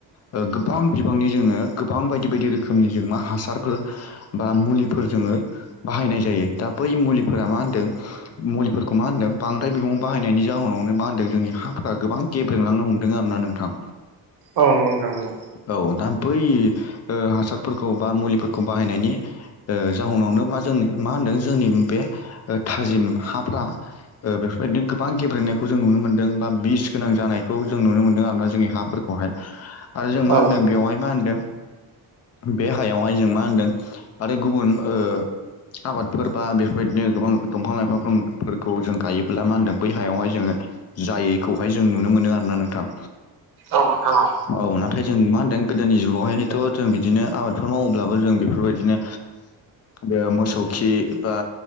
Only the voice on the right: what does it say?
औ नंगौ नोंथां नंगौ।
औ
औ औ